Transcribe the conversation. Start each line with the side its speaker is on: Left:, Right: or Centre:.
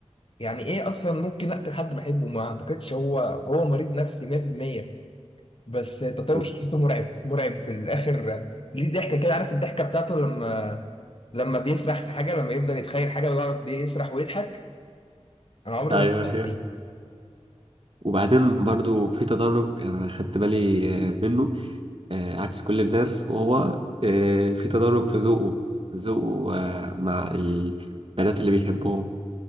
Left: يعني ايه اصلا ممكن اقتل حد بحبه ما اعتقدش هو هو مريض نفسي 100% بس تطور
Right: و-
Left: شخصيته مرعب مرعب في الاخر ليه ضحكه كده عارف الضحكه بتاعته لما لما بيسرح في حاجه لما يفضل يتخيل حاجه ويقعد يسرح ويضحك انا عمري
Right: أيوه
Left: ما انساها
Right: أيوه
Left: دي
Right: وبعدين برضو في تدرج أنا خدت بالي آه، منه آه، عكس كل الناس وهو آه، في تدرج في ذوقه ذوقه آه، مع البنات اللي بيحبهم